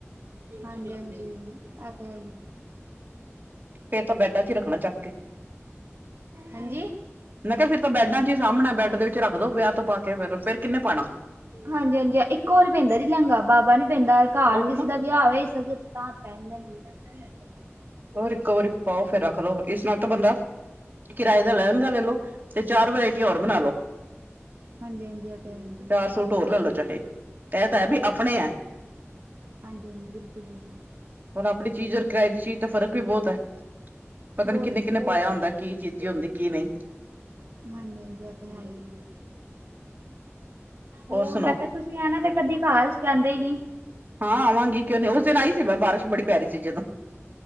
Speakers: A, on the right; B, on the right.
A: ਹਾਂਜੀ ਹਾਂਜੀ ਏਹ ਤਾਂ ਹੈ ਹੀ
B: ਫ਼ੇਰ ਤਾਂ ਬੈਡਾਂ ਚ ਹੀ ਰੱਖਣਾ ਚੱਕ ਕੇ
A: ਹਾਂਜੀ
B: ਮੈਂ ਕਿਹਾ ਫ਼ਿਰ ਤਾਂ ਬੈਡਾਂ ਚ ਹੀ ਸਾਹਮਣਾ ਬੈਂਡ ਦੇ ਵਿੱਚ ਰੱਖ ਦੋ ਵਿਆਹ ਤੋਂ ਪਾ ਕੇ ਫਿਰ ਫ਼ੇਰ ਕਿੰਨੇ ਪਾਣਾ
A: ਹਾਂਜੀ ਹਾਂਜੀ ਇੱਕੋ ਵਾਰੀ ਪੈਂਦਾ ਜੀ ਲਹਿੰਗਾ ਬਾਰ ਬਾਰ ਨੀ ਪੈਂਦਾ ਘਰ
B: ਉਹੀ
A: ਕਿਸੇ
B: ਤਾਂ
A: ਦਾ ਵਿਆਹ ਆਵੇ <unintelligible> ਤਾਂ ਪੈ ਜਾਂਦਾ <unintelligible>
B: ਹੋਰ ਇੱਕੋ ਵਰੀ ਪਾਓ ਫ਼ੇਰ ਰੱਖ ਦਓ ਇਸ ਨਾਲ ਤਾਂ ਬੰਦਾ ਕਿਰਾਏ ਦਾ ਲਹਿੰਗਾ ਲ ਲੋ ਤੇ ਚਾਰ ਵਰਾਇਟੀਆਂ ਹੋਰ ਬਣਾ ਲੋ
A: ਹਾਂਜੀ ਹਾਂਜੀ ਇਹ ਤੇ ਹੈ ਹੀ
B: ਚਾਰ ਸੂਟ ਹੋਰ ਲੈ ਲੋ ਚਾਹੇ ਐ ਤਾਂ ਹੈ
A: ਹਾਂ
B: ਬੀ
A: ਹਾਂਜੀ
B: ਆਪਣੇ ਐ
A: ਹਾਂਜੀ ਹਾਂਜੀ ਬਿਲਕੁਲ ਬਿਲਕੁਲ
B: ਔਰ ਆਪਣੀ ਚੀਜ਼ ਔਰ ਕਿਰਾਏ ਦੀ ਚੀਜ਼ ਤਾਂ ਫ਼ਰਕ ਵੀ ਬਹੁਤ ਹੈ ਪਤਾ
A: ਬਹੁਤ
B: ਨੀ ਕਿੰਨੇ ਕਿੰਨ
A: ਬਹੁਤ
B: ਪਾਇਆ
A: ਜ਼ਿਆਦਾ
B: ਹੁੰਦਾ ਕੀ ਚੀਜ਼ੀ ਹੁੰਦੀ ਕੀ ਨਹੀਂ
A: ਹਾਂਜੀ-ਹਾਂਜੀ ਏ ਤੇ ਹੈ ਈ ਏ, ਹੋ
B: ਹੋਰ ਸੁਣਾਓ
A: ਮੈਂ ਕੈ ਤੁਸ ਸੀਂ ਆਣਾ ਤੇ ਕਦੀ ਘਰ ਤੁਸੀਂ ਤੇ ਆਂਦੇ ਈ ਨੀ।
B: ਹਾਂ ਆਵਾਂਗੀ ਕੇ ਨੇ ਉਸ ਦਿਨ ਆਈ ਸੀ ਮੈਂ ਬਾਰਿਸ਼ ਬੜੀ ਪੈ ਰੀ ਸੀ ਜਦੋਂ।